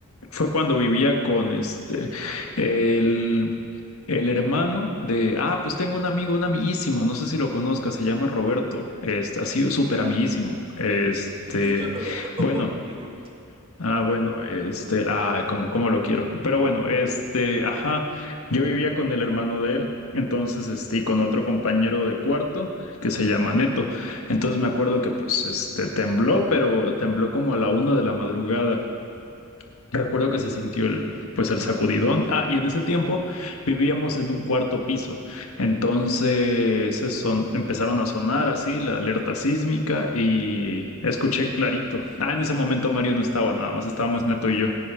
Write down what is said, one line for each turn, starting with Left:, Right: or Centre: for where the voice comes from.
Left: Fue cuando vivía con este, el, el hermano de, ah, pues tengo un amigo, un amiguísimo, no sé si lo conozcas, se llama Roberto, este, ha sido súper
Right: ujú.
Left: amiguísimo, este,
Right: Sí, creo que lo topo,
Left: bueno,
Right: ujú.
Left: ah, bueno, este, ah, como, como lo quiero, pero bueno, este, ajá, yo vivía con el hermano de él, entonces, este, y con otro compañero de cuarto que se llama Neto, entonces me acuerdo que, pues, este, tembló, pero tembló como a la una de la madrugada. Recuerdo que se sintió el, pues el sacudidón. Ah, y en ese tiempo vivíamos en un cuarto piso. Entonces se son, empezaron a sonar así la alerta sísmica y escuché clarito. Ah, en ese momento Mario no estaba, nada más estábamos Neto y yo.